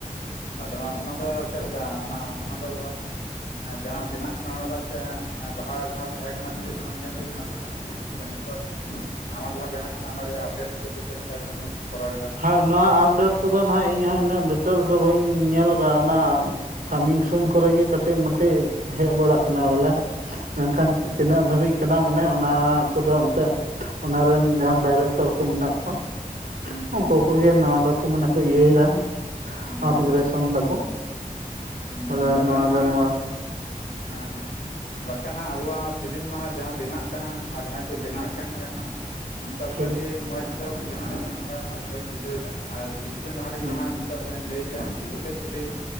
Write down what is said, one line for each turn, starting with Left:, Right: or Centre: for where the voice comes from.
Left: ᱟᱫᱚ ᱦᱟᱸᱜ ᱚᱱᱟ ᱫᱚ ᱪᱮᱫ ᱞᱮᱠᱟ ᱚᱱᱟ ᱚᱱᱟ ᱫᱚ ᱡᱟᱦᱟᱸ ᱵᱮᱱᱟᱜ ᱠᱟᱱᱟ ᱚᱱᱟ ᱫᱚ ᱪᱮᱫ ᱞᱟᱦᱟ ᱡᱟᱦᱟᱸ ᱛᱟᱦᱮᱸ ᱠᱟᱱᱟ ᱯᱷᱤᱞᱤᱢ ᱚᱱᱟ ᱧᱮᱞ ᱦᱩᱭ ᱠᱟᱱᱟ ᱥᱮ ᱵᱟᱝ? ᱥᱮ ᱱᱤᱛᱚᱜ ᱱᱟᱣᱟ ᱡᱟᱦᱟᱸ ᱵᱮᱱᱟᱜ ᱠᱟᱱᱟ ᱚᱱᱟ ᱨᱮ ᱟᱯᱰᱮᱴ ᱠᱚ ᱪᱮᱫ ᱞᱮᱠᱟ ᱠᱟᱹᱢᱤ ᱠᱚ ᱠᱚᱨᱟᱣᱮ ᱫᱟ᱾
Right: ᱦᱳᱭ ᱱᱚᱣᱟ ᱟᱯᱰᱮᱴ ᱠᱚᱫᱚ ᱱᱟᱦᱟᱜ ᱤᱧ ᱦᱚ ᱩᱱᱟᱹᱜ ᱰᱤᱴᱮᱞᱥ ᱫᱚ ᱵᱟᱹᱧ ᱧᱮᱞ ᱟᱠᱟᱣᱱᱟ᱾ ᱠᱟᱹᱢᱤ ᱥᱩᱱ ᱠᱚᱨᱮ ᱜᱮ ᱠᱟᱹᱴᱤᱡ ᱢᱟᱴᱤᱡ ᱦᱮᱡ ᱵᱟᱲᱟᱜ ᱠᱟᱱᱟ ᱵᱚᱞᱮ᱾ ᱢᱮᱱᱠᱷᱟᱱ
Left: ᱦᱩᱸ
Right: ᱛᱤᱱᱟᱹᱜ ᱫᱷᱟᱹᱵᱤᱡ ᱠᱟᱱᱟ ᱢᱚᱱᱮ ᱚᱱᱟ ᱠᱚᱫᱚ ᱚᱱᱛᱮ ᱚᱱᱟ ᱨᱮᱱ ᱡᱟᱦᱟᱸᱭ ᱰᱟᱭᱨᱮᱠᱴᱚᱨ ᱠᱚ ᱢᱮᱱᱟᱜ ᱠᱚᱣᱟ
Left: ᱦᱩᱸ ᱦᱩᱸ
Right: ᱩᱱᱠᱩ
Left: ᱦᱩᱸ
Right: ᱠᱚᱜᱮ ᱱᱚᱣᱟ ᱫᱚᱠᱚ ᱢᱟᱱᱮ ᱠᱚ ᱤᱭᱟᱹᱭᱮᱫᱟ ᱾
Left: ᱦᱩᱸ
Right: ᱟᱵᱜᱨᱮᱥᱚᱱ
Left: ᱦᱩᱸ
Right: ᱫᱟᱠᱚ᱾
Left: ᱦᱩᱸ
Right: ᱵᱚᱞᱮ
Left: ᱵᱟᱠᱷᱟᱱ
Right: ᱱᱚᱣᱟ
Left: ᱦᱟᱸᱜ
Right: ᱫᱚ ᱱᱚᱣᱟ
Left: ᱦᱮᱸ ᱦᱮᱸ, ᱵᱟᱠᱷᱟᱱ ᱦᱟᱸᱜ ᱟᱵᱚᱣᱟᱜ ᱯᱷᱤᱞᱤᱢ ᱢᱟ ᱦᱟᱸᱜ ᱡᱟᱦᱟᱸ ᱵᱮᱱᱟᱜ ᱠᱟᱱᱟ ᱟᱨ ᱡᱟᱦᱟᱸᱭ ᱠᱚ ᱵᱮᱱᱟᱣᱮᱫ ᱠᱟᱱ ᱜᱮᱭᱟ ᱦᱟᱸᱜ, ᱚᱱᱠᱟ
Right: ᱴᱷᱤᱠ
Left: ᱵᱷᱟᱜᱤ ᱢᱚᱸᱡᱽ ᱫᱚ <unintelligible> ᱚᱱᱠᱟ ᱫᱚ ᱦᱟᱜ ᱵᱟᱹᱧ ᱵᱩᱡᱷᱟᱹᱣ ᱮᱫᱟ ᱟᱨ ᱠᱤᱪᱷᱩ ᱫᱤᱱ ᱞᱟᱦᱟ ᱨᱮᱜᱮ
Right: ᱦᱮᱸ
Left: ᱡᱟᱦᱟᱸ ᱱᱤᱛᱚᱜ ᱞᱟᱹᱭ ᱠᱮᱫᱮᱜᱼᱟ ᱡᱤᱛᱠᱟᱹᱨ ᱯᱷᱤᱞᱤᱢ